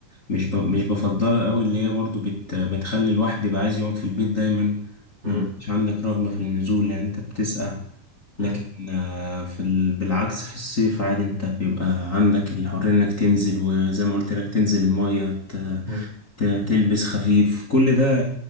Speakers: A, on the left; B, on the right.
A: مش ب... مش بفضلها قوي اللي هي برضو بت... بتخلي الواحد يبقى عايز يقعد في البيت دايما ما
B: مم.
A: بيبقاش عندك رغبة في النزول يعني انت بتسقع لكن
B: مم.
A: آه، في ال... بالعكس في الصيف عادي انت بيبقى عندك الحرية انك تنزل وزي ما قلت لك تنزل المية ت...
B: مم.
A: ت... تلبس خفيف كل ده